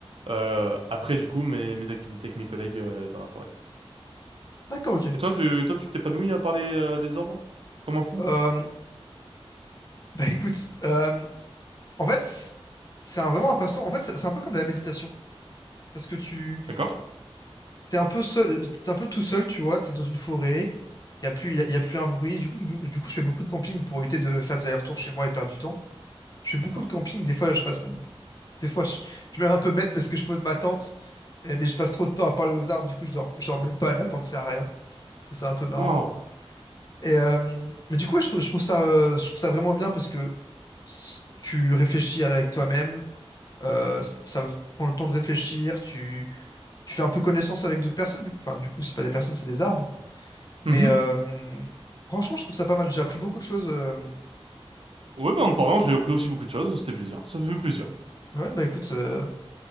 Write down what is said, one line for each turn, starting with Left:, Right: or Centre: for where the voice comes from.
Right: Euh, après, du coup, mes, mes activités avec mes collègues euh, dans la forêt.
Left: D'accord, ok. Euh,
Right: Et toi, tu, toi, tu t'épanouis à parler euh, des arbres? Comme un fou?
Left: <laughs> bah écoute, euh, en fait, c'est un- vraiment un passe-temps. En fait, c'est c'est un peu comme la méditation. Parce que tu...
Right: D'accord,
Left: t'es un peu seul, t'es un peu tout seul, tu vois, t'es dans une forêt, il y a plus, y a, y a plus un bruit. Du coup, vu que je- du coup, je fais beaucoup de camping pour éviter de faire des allers-retours chez moi et perdre du temps. Je fais beaucoup
Right: d'accord.
Left: de camping. Des fois, je passe, des fois, je, je me mets un peu bête parce que je pose ma tente, et- mais je passe trop de temps à parler aux arbres. Du coup, je dors, je dors même pas et ma tente sert à rien. Je trouve ça un peu marrant.
Right: Waouh.
Left: Et euh, mais du coup, ouais, je, trouve- je trouve ça, euh, je trouve ça vraiment bien parce que s- tu réfléchis avec toi-même. euh, s- ça prend le temps de réfléchir. Tu, tu fais un peu connaissance avec d'autres personnes. Du coup, enfin, du coup, c'est pas des personnes, c'est des arbres. Mais
Right: Mhm.
Left: euh, franchement, je trouve ça pas mal. J'ai appris beaucoup de choses. euh,
Right: Ouais, mais en te parlant, j'ai appris aussi beaucoup de choses. C'était plaisir. Ça fait plaisir.
Left: Ouais, bah écoute, euh,